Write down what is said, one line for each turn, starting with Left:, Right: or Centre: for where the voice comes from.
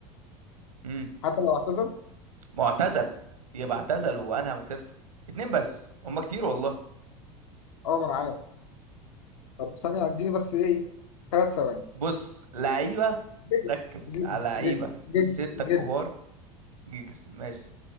Right: مم.
Left: حتى لو اعتزل
Right: ما هو اعتزل يبقى اعتزل وانهى مسيرته اتنين بس هما كتير والله
Left: اه ما انا عارف طب ثانيه اديني بس ايه ثلاث ثواني
Right: بص لعيبة
Left: جيجز
Right: ركز
Left: جيجز
Right: على لعيبة
Left: جيجز جيجز
Right: في الستة
Left: جيجز
Right: الكبار جيجز ماشي